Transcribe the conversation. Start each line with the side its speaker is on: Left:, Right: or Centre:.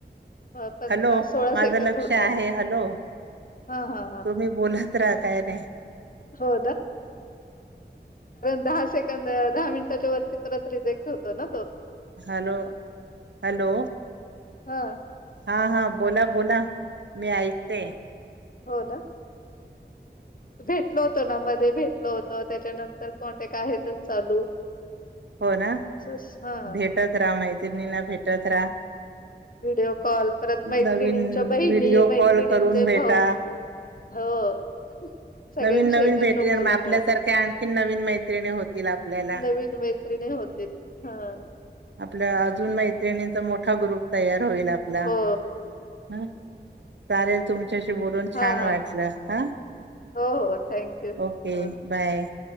Left: अ,
Right: हॅलो, माझं
Left: सेकंद
Right: लक्ष
Left: होत
Right: आहे.
Left: आलं.
Right: हॅलो,
Left: हां, हां, हां.
Right: तुम्ही बोलत रहा. काय नाय.
Left: हो दहा सेकंद, दहा मिनिटांच्या वरती, परत रिजेक्ट होतो ना तो?
Right: हॅलो, हॅलो
Left: हां,
Right: हां हां, बोला बोला मी ऐकते.
Left: हां. हो ना भेटल होतो ना, मध्ये भेटलो होतो, त्याच्यानंतर कॉन्टॅक्ट आहेतच चालू.
Right: हो ना,
Left: असंच हां.
Right: भेटत रहा, मैत्रिणीना भेटत रहा.
Left: व्हिडिओ कॉल, परत मैत्रिणींच्या
Right: नवीन
Left: बहिणी,
Right: व्हिडिओ
Left: मैत्रिणींचे
Right: कॉल करून भेटा
Left: भाऊ, हो सगळ्यांशी
Right: नवीन नवीन
Left: एकत्र
Right: भेट
Left: बोलत
Right: आपल्यासारख्या
Left: राहतो,
Right: आणखीन नवीन मैत्रिणी होतील आपल्याला
Left: नवीन मैत्री होते हा
Right: आपल्या अजून मैत्रिणी- मोठा ग्रुप तयार- होईल आपला.
Left: हो.
Right: हा, चालेेल तुमच्याशी- बोलून
Left: हां,
Right: छान
Left: हां.
Right: वाटले हा,
Left: हो, हो. Thank you.
Right: ओके,
Left: हां.
Right: बाय.